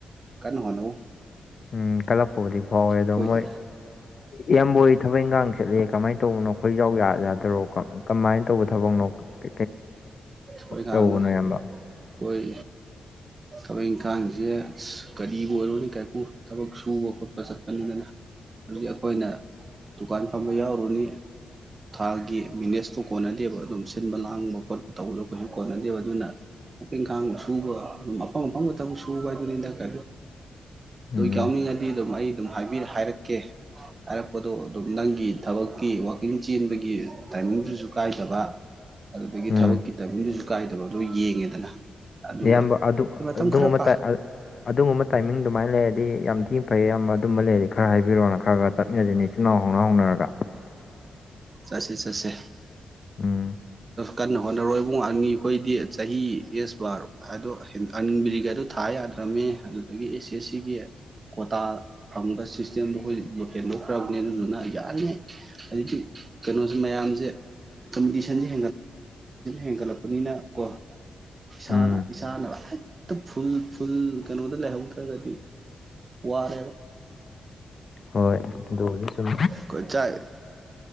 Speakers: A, on the right (about 40°); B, on the left (about 50°).
A: ꯀꯟꯅ ꯍꯣꯠꯅꯧ
B: ꯎꯝ ꯀꯂꯛꯄꯕꯨꯗꯤ ꯐꯥꯎꯋꯦ ꯑꯗꯣ
A: ꯑꯩꯈꯣꯏꯗꯤ
B: ꯃꯣꯏ ꯏꯌꯥꯝꯕꯣꯏ ꯊꯕꯛ ꯏꯪꯈꯥꯡ ꯆꯠꯂꯦ ꯀꯃꯥꯏꯅ ꯇꯧꯕꯅꯣ ꯑꯩꯈꯣꯏ ꯏꯖꯥꯎ ꯌꯥ ꯌꯥꯗꯔꯣ ꯀꯃꯥꯏꯅ ꯇꯧꯕ ꯊꯕꯛꯅꯣ <unintelligible>
A: ꯊꯣꯏ ꯀꯅ
B: ꯇꯧꯕꯅꯣ ꯏꯌꯥꯝꯕ
A: ꯑꯣꯏ ꯊꯕꯛ ꯏꯪꯈꯥꯡꯁꯦ ꯑ ꯀꯔꯤꯕꯨ ꯑꯣꯏꯔꯣꯅꯤ ꯀꯥꯏꯄꯨ ꯊꯕꯛ ꯁꯨꯕ ꯈꯣꯠꯄ ꯆꯠꯄꯅꯤꯗꯅ ꯑꯗꯨꯗꯤ ꯑꯩꯈꯣꯏꯅ ꯗꯨꯀꯥꯟ ꯐꯝꯕ ꯌꯥꯎꯔꯨꯅꯤ ꯊꯥꯒꯤ ꯃꯤꯅꯦꯁꯇꯣ ꯀꯣꯟꯅꯗꯦꯕ ꯑꯗꯨꯝ ꯁꯤꯟꯕ ꯂꯥꯡꯕ ꯈꯣꯠꯄ ꯇꯧꯕꯗꯣ ꯀꯩꯁꯨ ꯀꯣꯟꯅꯗꯦꯕ ꯑꯗꯨꯅ <unintelligible> ꯈꯥꯡꯕ ꯁꯨꯕ ꯑꯗꯨꯝ ꯃꯐꯝꯪ ꯑꯐꯝꯪꯕ ꯃꯇꯝꯕ ꯁꯨꯕ ꯍꯥꯏꯗꯨꯅꯤꯟꯗꯀ
B: ꯎꯝ
A: ꯌꯥꯎꯅꯤꯡꯉꯗꯤ ꯑꯗꯨꯝ ꯑꯩ ꯑꯗꯨꯝ <unintelligible> ꯍꯥꯏꯔꯛꯀꯦ ꯍꯥꯏꯔꯛꯄꯗꯣ ꯑꯗꯨꯝ ꯅꯪꯒꯤ ꯊꯕꯛꯀꯤ ꯋꯀꯤꯡ ꯆꯦꯟꯕꯒꯤ ꯇꯥꯏꯃꯤꯡꯗꯨꯁꯨ ꯀꯥꯏꯗꯕ
B: <inaudible>
A: ꯑꯗꯨꯗꯒꯤ
B: ꯎꯝ
A: ꯊꯕꯛꯀꯤ ꯇꯥꯏꯕꯤꯡꯗꯨꯁꯨ ꯀꯥꯏꯗꯕ ꯑꯗꯨ ꯌꯦꯡꯉꯦꯗꯅ ꯑꯗꯨꯒ
B: ꯏꯌꯥꯝꯕ ꯑꯗꯨ
A: ꯃꯇꯝ
B: ꯑꯗꯨꯒꯨꯝꯕ
A: ꯈꯔ ꯄꯥ
B: ꯇꯥꯏ ꯑꯗꯨꯒꯨꯝꯕ ꯇꯥꯏꯃꯤꯡ ꯑꯗꯨꯃꯥꯏꯅ ꯂꯩꯔꯗꯤ ꯌꯥꯝ ꯊꯤꯅ ꯐꯩ ꯌꯥꯝ ꯑꯗꯨꯝꯕ ꯂꯩꯔꯗꯤ ꯈꯔ ꯍꯥꯏꯕꯤꯔꯛꯑꯣꯅ ꯈꯔ ꯈꯔ ꯆꯠꯃꯤꯟꯅꯁꯤꯅꯦ ꯏꯆꯤ ꯏꯅꯥꯎ ꯍꯧꯅ ꯍꯧꯅꯔꯒ
A: ꯆꯠꯁꯦ ꯆꯠꯁꯦ
B: ꯎꯝ
A: ꯀꯟꯅ ꯍꯣꯠꯅꯔꯣꯏ <unintelligible> ꯅꯤ ꯑꯩꯈꯣꯏꯗꯤ ꯆꯍꯤ ꯑꯦꯁ ꯕꯥꯔ ꯍꯥꯏꯗꯣ ꯑꯟꯕꯤꯔꯤꯒꯗꯣ ꯊꯥ ꯌꯥꯗ꯭ꯔꯕꯃꯦ ꯑꯗꯨꯗꯒꯤ ꯑꯦꯁ ꯑꯦꯁ ꯁꯤꯒꯤ ꯀꫭꯇꯥ ꯐꯪꯕ ꯁꯤꯁꯇꯦꯝꯗꯣ ꯑꯩꯈꯣꯏ ꯂꯣ ꯍꯦꯟꯗꯣꯛꯈ꯭ꯔꯕꯅꯦ ꯑꯗꯨꯗꯨꯅ ꯌꯥꯅꯤ ꯍꯧꯗꯤ ꯀꯩꯅꯣꯁꯦ ꯃꯌꯥꯝꯁꯦ <unintelligible> <unintelligible> ꯍꯦꯟꯒꯠꯂꯛꯄꯅꯤꯅ ꯀꯣ ꯏꯁꯥꯅ
B: ꯎꯝ
A: ꯏꯆꯥꯅꯦ ꯍꯦꯛꯇ ꯐꯨꯜ ꯐꯨꯜ ꯀꯩꯅꯣꯗ ꯂꯩꯍꯧꯗ꯭ꯔꯒꯗꯤ ꯋꯥꯔꯦꯕ
B: ꯍꯣꯏ ꯑꯗꯨꯒꯤ ꯁꯨꯝ
A: ꯑꯩꯈꯣꯏ ꯆꯥꯛ